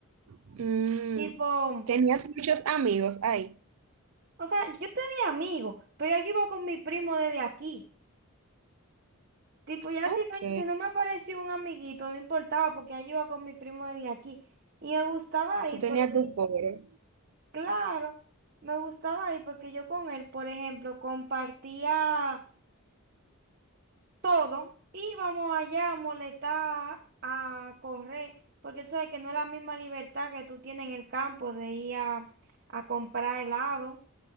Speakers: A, on the right; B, on the right.
A: Mm,
B: Tipo, o
A: tenías muchos amigos ahí,
B: sea, yo tenía amigos, pero yo iba con mi primo desde aquí. Tipo, ya
A: ok.
B: si no, si no me apareció un amiguito, no importaba porque yo iba con mi primo de aquí. Y me gustaba
A: Tú
B: ir
A: tenías
B: porque,
A: tu pobre.
B: claro, me gustaba ir porque yo con él, por ejemplo, compartía todo. Íbamos allá a molestar, a correr, porque tú sabes que no es la misma libertad que tú tienes en el campo de ir a, a comprar helado